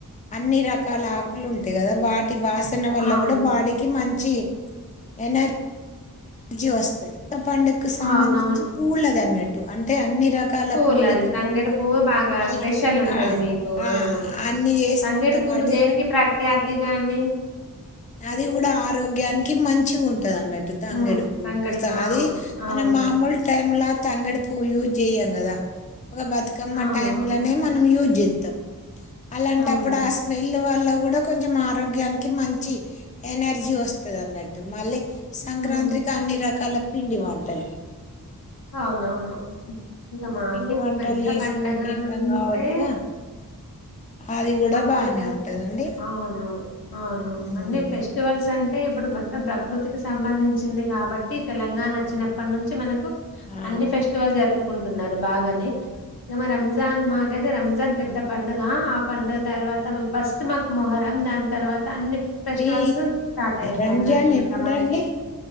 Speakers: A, on the left; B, on the left.
A: అన్ని రకాల ఆకులు ఉంటాయి గదా, వాట్ వాసన వల్ల
B: అవును
A: గుడా బాడీకి మంచి ఛీ ఎనే అజి వస్తది పండకు సంబంధించి
B: అవునవును
A: పూలది అన్నట్టు అన్ తె అన్ని రకాల
B: పూలు
A: పూలతోటి
B: అది తంగేడు
A: మేము
B: పువ్వు బాగా
A: అయి
B: స్పెషల్ ఉంటది
A: ఆ
B: మీకు అహ్
A: ఆ
B: అవును
A: అన్ని చేసుకుంటాం
B: తంగేడు పూలు
A: కాబట్టి
B: దేనికి ప్రఖ్యాత. ది గాని
A: అది గూడా ఆరోగ్యానికి మంచి ఉంటాదనట్టు తంగేడుపూ
B: హ్మ్. తంగడి
A: కుస
B: పువ్వు
A: అదీ
B: అవును.
A: మన
B: అవును.
A: మాముల్ టైమ్ల తంగేడు పుయూ జేయం గద ఒక బతుకమ్మ
B: అవునవును.
A: టైం లనే మనం యూజ్ చేస్తా తమ్ అలాంటప్పుడు
B: అవును.
A: ఆ స్మేళ్లు ఇలా కూడ కొంచెం ఆరోగ్యానికి మంచి. ఎనర్జీ వస్తాదనట్టు మళ్ళీ సంక్రాంత్రి
B: అవును
A: అన్ని రకాల పిండి వంటల్
B: అవునవును ఇగ మాకు
A: పిండి వంటలు
B: పెద్ద
A: చేసుకొని
B: పండగ
A: తింటాం
B: అంటే
A: కాబట్టిగా అది కూడా
B: మాకు
A: బానే
B: పెద్ద
A: ఉంటదండి
B: అవును అవును
A: ఉమ్,
B: అన్ని ఫెస్టివల్స్ అంటే ఇప్పుడు మొత్తం ప్రకృతికి సంబంధించింది కాబట్టి తెలంగాణ అ చ్చినప్పటి నుంచి మనకు
A: ఆ
B: అన్ని ఫెస్టివల్ జరు ప్పుకుంటున్నారు బాగాని ఇక మా రంజాన్ మాకైతే రంజాన్ పెద్ద పండుగ ఆ పండుగ తర్వాత మ ఫస్ట్ మాకు మొహరం దాన్ తర్వాత అన్ని ఫెస్టివల్స్
A: మీ
B: స్టార్ట్ అయితాయి
A: రంజాన్
B: అన్నట్ ఇంకా
A: ఎప్పుడండి
B: మనకి